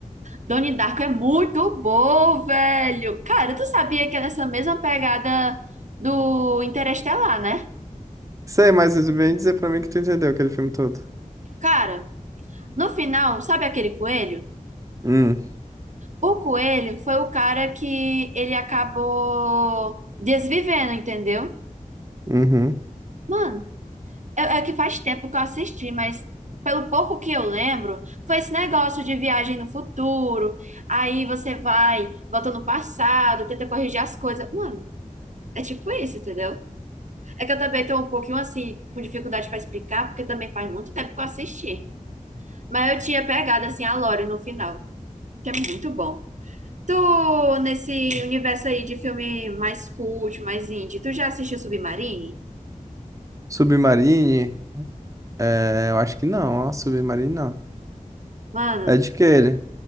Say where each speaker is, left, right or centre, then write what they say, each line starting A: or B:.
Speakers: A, on the right; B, on the right.
A: Donnie Darko é muito bom, velho. Cara, tu sabia que é nessa mesma pegada do Interestelar, né?
B: Sei, mas tu vem dizer pra mim que tu entendeu aquele filme todo.
A: Cara, no final, sabe aquele coelho?
B: Hum,
A: O coelho foi o cara que ele acabou desvivendo, entendeu?
B: uhum.
A: Mano, é, é que faz tempo que eu assisti, mas pelo pouco que eu lembro, foi esse negócio de viagem no futuro. Aí você vai, volta no passado, tenta corrigir as coisas. Mano, é tipo isso, entendeu? É que eu também tô um pouquinho assim, com dificuldade para explicar, porque também faz muito tempo que eu assisti. Mas eu tinha pegado assim a Lore no final, que é muito bom. Tu, nesse universo aí de filme mais cult, mais indie, tu já assistiu Submarine?
B: Submarine? É, eu acho que não, ó, Submarine não.
A: Mano,
B: É de que ele?